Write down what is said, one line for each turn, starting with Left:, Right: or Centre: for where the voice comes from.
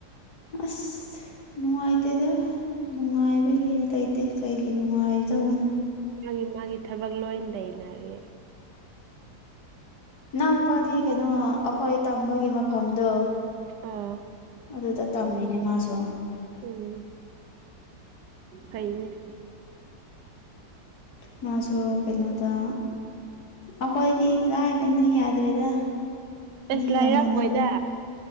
Left: ꯑ ꯅꯨꯡꯉꯥꯏꯇꯦꯗ ꯅꯨꯡꯉꯥꯏꯕꯒꯤ ꯂꯩꯇꯦ ꯀꯩꯒꯤ ꯅꯨꯡꯉꯥꯏꯗꯧꯕꯅꯣ
Right: ꯃꯥꯒꯤ ꯃꯥꯒꯤ ꯊꯕꯛ ꯂꯣꯏ ꯂꯩꯅꯔꯦ
Left: ꯅꯍ ꯂꯨꯄꯥꯗꯤ ꯀꯩꯅꯣ ꯑꯩꯈꯣꯏ ꯇꯝꯕꯒꯤ ꯃꯐꯝꯗꯣ
Right: ꯑꯥ
Left: ꯑꯗꯨꯗ ꯇꯝꯔꯤꯅꯦ ꯃꯥꯁꯨ
Right: ꯎꯝ ꯍꯩꯅꯦ
Left: ꯃꯥꯁꯨ ꯀꯩꯅꯣꯗ ꯑꯩꯈꯣꯏꯗꯤ ꯂꯥꯏꯕꯅꯤꯅ ꯌꯥꯗ꯭ꯔꯦꯗ ꯃꯤ
Right: ꯑꯁ ꯂꯥꯏꯔꯝꯃꯣꯏꯗ
Left: ꯀ ꯃꯅꯥꯕ